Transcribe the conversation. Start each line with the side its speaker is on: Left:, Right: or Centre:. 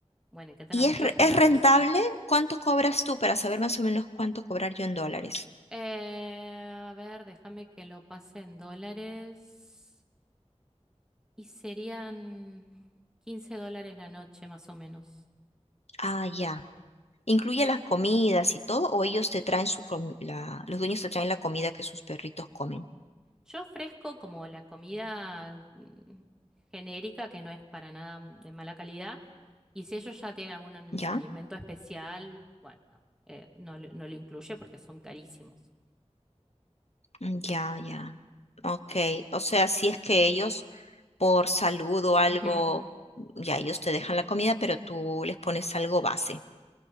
Centre: Bueno, hay que tener
Left: ¿Y
Centre: muchos
Left: es, re-
Centre: cuidados.
Left: es rentable? ¿Cuánto cobras tú para saber más o menos cuánto cobrar yo en dólares?
Centre: Eh, a ver, déjame que lo pase en dólares. Y serían 15 dólares la noche, más o menos.
Left: Ah, ya. ¿Incluye las comidas y todo? ¿O ellos te traen su comi- la, los dueños te traen la comida que sus perritos comen?
Centre: Yo ofrezco como la comida mm, genérica, que no es para nada de mala calidad, y si ellos ya tienen algún
Left: ¿Ya?
Centre: alimento especial, bueno, no, eh, no, lo no lo incluye porque son carísimos.
Left: Mm, Ya, ya. Ok. O sea, si es que ellos por salud o algo,
Centre: Ujú.
Left: ya ellos te dejan la comida, pero tú les pones algo base.